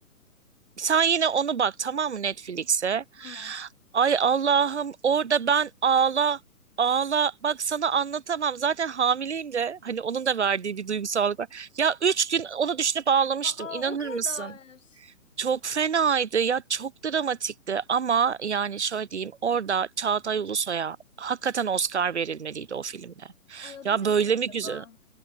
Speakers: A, on the right; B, on the left.
A: Sen yine onu bak tamam mı Netflix'e?
B: Tamam.
A: Ay Allah'ım orada ben ağla ağla bak sana anlatamam zaten hamileyim de hani onun da verdiği bir duygusallık var. Ya üç gün onu düşünüp ağlamıştım
B: Aa
A: inanır
B: o kadar.
A: mısın? Çok fenaydı ya çok dramatikti ama yani şöyle diyeyim orada Çağatay Ulusoy'a hakikaten Oscar verilmeliydi o filmde.
B: Ay adı
A: Ya
B: ne
A: böyle
B: acaba?
A: mi güzel?